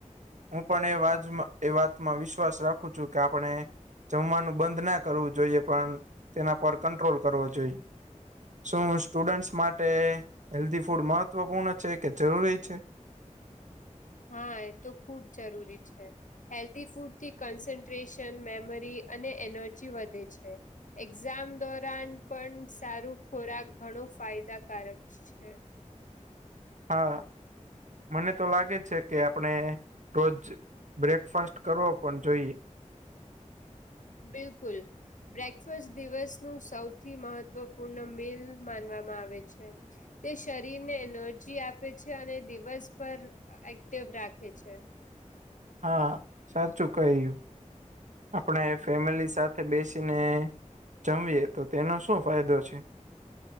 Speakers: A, on the right (about 70°); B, on the left (about 75°).
A: હું પણ એ વાતમાં એ વાતમાં વિશ્વાસ રાખું છું કે આપણે જમવાનું બંધ ના કરવું જોઈએ પણ તેના પર કંટ્રોલ કરવો જોઈએ. શું સ્ટુડન્ટ્સ માટે હેલ્ધી ફૂડ મહત્વપૂર્ણ છે કે જરૂરી છે.?
B: હા એ તો ખુબ જરૂરી છે. હેલ્ધી ફૂડથી કન્સન્ટ્રેશન મેમરી અને એનર્જી વધે છે. એક્ઝામ દોરાન પણ સારું ખોરાક ઘણો ફાયદાકારક છે.
A: હા મને તો લાગે છે કે આપણે રોજ બ્રેકફાસ્ટ કરવો પણ જોઈએ.
B: બિલકુલ, બ્રેકફાસ દિવસનું સૌથી મહત્વપૂર્ણ મિલ માનવામાં આવે છે. તે શરીરને એનર્જી આપે છે અને દિવસભર એક્ટિવ રાખે છે.
A: હા સાચું કહ્યું. આપણે ફેમિલી સાથે બેસીને જમીએ તો તેનો શું ફાયદો છે.